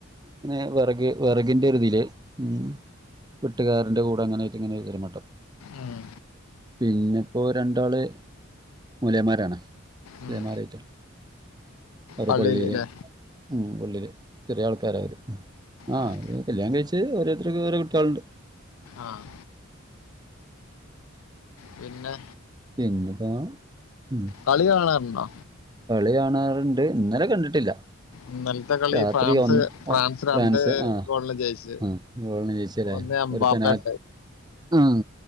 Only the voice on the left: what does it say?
ഉം
ഉം
പള്ളിയില്
ല്ലേ
ആഹ്
ആഹ് പിന്നെ
കളി കാണാറ്ണ്ടോ?
ഇന്നലത്തെ കളി
ഫ്രാൻസ്
രണ്ട്
ഗോളിന് ജയിച്ച്
ഒന്ന് എംബാപ്പ